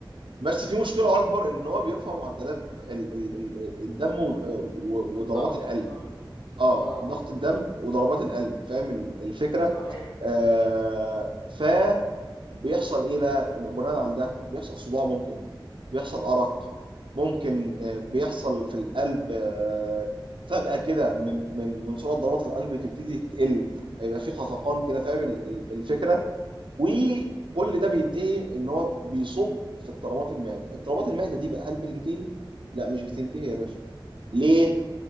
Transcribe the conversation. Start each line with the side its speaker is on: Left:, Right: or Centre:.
Right: بس في مشكله اكبر ان هو بيرفع معدلات ال- ال- ال- الدم و- و-
Left: الضغط
Right: وضربات القلب
Left: صح
Right: اه
Left: اه
Right: ضغط الدم وضربات القلب فاهم ال- الفكره
Left: صحيح
Right: آه
Left: امم
Right: ف بيحصل ايه بقى بناء على ده بيحصل صداع ممكن بيحصل ارق ممكن آه، بيحصل في القلب آه، فجأة كده من من من سرعة ضربات القلب تبتدي تقل هيبقى في خفقان كده فاهم ال- ال- الفكرة وكل ده بينتهي ان هو بيصب في اضطرابات المعده اضطرابات المعده دي بقى هل بتنتهي لا مش بتنتهي يا باشا ليه